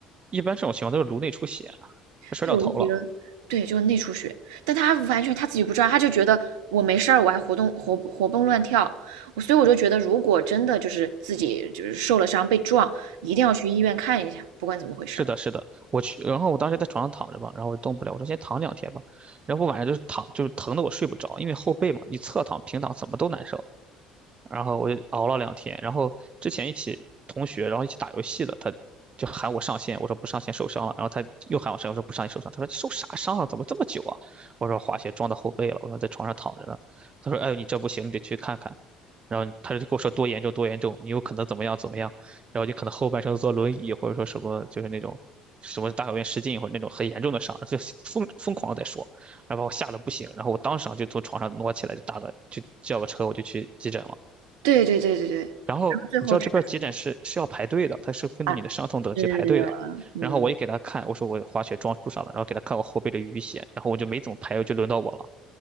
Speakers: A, on the right; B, on the right.
A: 一般这种情况都是颅内出血啊，他摔到头了。
B: 对，我就觉得。对，就是内出血，但他完全他自己不知道，他就觉得我没事儿，我还活动活活蹦乱跳，所以我就觉得，如果真的就是自己就是受了伤被撞，一定要去医院看一下，不管怎么回事儿
A: 是的，是的，我去，然后我当时在床上躺着吧，然后我动不了，我说先躺两天吧，然后我晚上就是躺，就是疼的我睡不着，因为后背嘛，你侧躺、平躺怎么都难受。然后我就熬了两天。然后之前一起同学，然后一起打游戏的，他就喊我上线，我说不上线受伤了。然后他又喊我上线，我说不上线受伤。他说你受啥伤了？怎么这么久啊？我说滑雪撞到后背了。我说在床上躺着呢。他说哎呦你这不行，你得去看看。然后他就跟我说多严重多严重，你有可能怎么样怎么样，然后就可能后半生坐轮椅或者说什么就是那种什么大小便失禁或者那种很严重的伤，就疯疯狂的在说，然后把我吓得不行，然后我当场就从床上挪起来就打个就叫个车我就去急诊了。
B: 对对对对对，然
A: 然后你知道这边儿急诊室是要排队的，
B: 后最后查出，
A: 他是根据你的伤痛等级排队的。
B: 来。嗯嗯，
A: 然后我也给他看，我说我滑雪撞树上了，然后给他看我后背的淤血，然后我就没怎么排，就轮到我了。